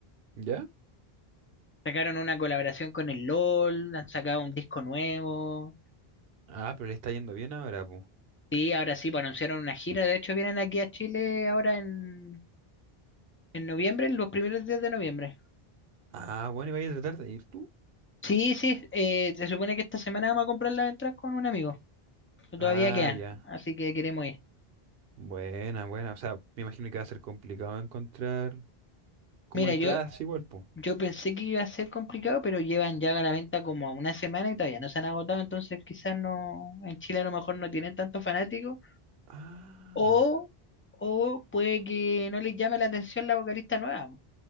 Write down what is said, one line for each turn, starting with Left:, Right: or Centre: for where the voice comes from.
Right: ¿Ya?
Left: sacaron una colaboración con el LOL, han sacado un disco nuevo.
Right: Ah, pero le está yendo bien ahora, po.
Left: Sí, ahora sí, pues anunciaron una gira. De hecho, vienen aquí a Chile ahora en, en noviembre, en los primeros días de noviembre.
Right: Ah, bueno, ¿y vaya a tratar de ir tú?
Left: Sí, sí, eh, se supone que esta semana vamos a comprar las entradas con un amigo. Todavía
Right: Ah,
Left: quedan,
Right: ya.
Left: así que queremos ir.
Right: Buena, buena. O sea, me imagino que va a ser complicado encontrar como
Left: Mira,
Right: entradas
Left: yo,
Right: igual, po.
Left: yo pensé que iba a ser complicado, pero llevan ya a la venta como una semana y todavía no se han agotado, entonces quizás no, en Chile a lo mejor no tienen tantos fanáticos,
Right: Ah,
Left: o, o puede que no les llame la atención la vocalista nueva.